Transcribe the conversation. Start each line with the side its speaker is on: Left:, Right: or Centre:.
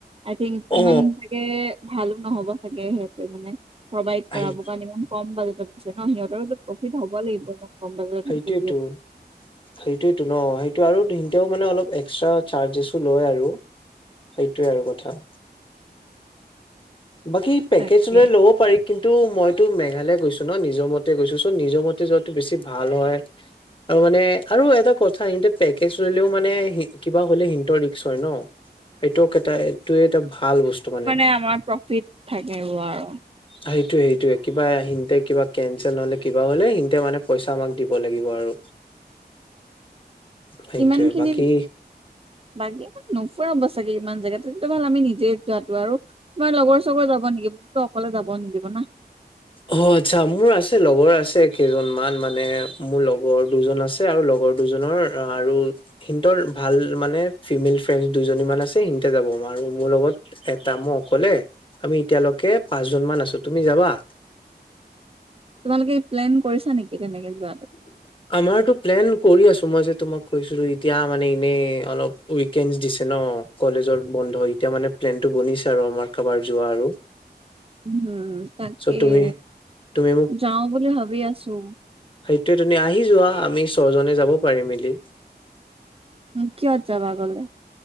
Right: আই থিংক
Left: অ
Right: ইমান কে ভালো ন'হব চাগে সেইটো মানে। প্ৰভাইত
Left: আহি
Right: কৰাব কাৰণ ইমান কম বাজেটত দিছে ন'। সিহঁতৰোটো প্ৰফিট হ'ব লাগিব ইমান ক'ম বাজেটত।
Left: সেইটোৱেটো।
Right: যিহেতু।
Left: সেইটোয়েটো ন' সেইটো আৰু সিহঁতেও মানে অলপ এক্সট্ৰা চাৰ্জেছো লয় আৰু। সেইটোয়ে আৰু কথা। বাকি পেকেজ
Right: তাকে
Left: হ'লে ল'ব পাৰি। কিন্তু মইতো মেঘালয়া গৈছো ন', নিজৰ মতে গৈছো। চ' নিজৰ মতে যোৱাটো বেছি ভাল হয়। আৰু মানে আৰু এটা কথা, ইহঁতে পেকেজ ল'লেও মানে কিবা হ'লে সিহঁতৰ ৰিক্স হয় ন'! সেইটোক এটা এইটোয়ে এটা ভাল বস্তু মানে।
Right: আমাৰ প্ৰফিট। থাকিব আৰু।
Left: সেইটোয়ে সেইটোয়ে কিবা সিহতে কিবা কেনচেল নহ'লে কিবা হ'লে সিহতে মানে পইচা আমাক দিব লাগিব আৰু। সেইটোয়ে
Right: ইমানখিনি
Left: বাকী
Right: বাকী ইমান নুফুৰাব চাগে ইমান জেগাত তেন্তটো ভাল আমি নিজে যোৱাটো আৰু তোমাৰ লগৰ-চগৰ যাব নিকি <unintelligible> তো অকলে যাবও নিদিব না।
Left: অ', আচ্ছা, মোৰ আছে লগৰ আছে কেইজন মান মানে মোৰ লগৰ দুজন আছে। আৰু লগৰ দুজনৰ আৰু সিহঁতৰ ভাল মানে ফিমেল ফ্ৰেণ্ড দুইজনী মান আছে সিহতে যাব আৰু মোৰ লগত এটা মই অকলে আমি, এতিয়ালৈকে পাঁচ জন মান আছো তুমি যাবা?
Right: তোমালোকে প্লেন কৰিছা নেকি তেনেকে যোৱাটো?
Left: <inaudible> আমাৰতো প্লেন কৰি আছো মই যে তোমাক কৈছিলো এতিয়া মানে এনেই অলপ উইকেণ্ড দিছে ন'! কলেজৰ বন্ধ এতিয়া মানে প্লেনটো বনিছে আৰু আমাৰ কাৰবাৰ যোৱা আৰু।
Right: উম, তাকেই
Left: চ' তুমি তুমি
Right: যাওঁ বুলি ভাবি আছো।
Left: সেইটোয়ে তুমি আহি যোৱা আমি ছজনে যাব পাৰিম মিলি।
Right: উম, কিহত যাবা‌ গ'লে?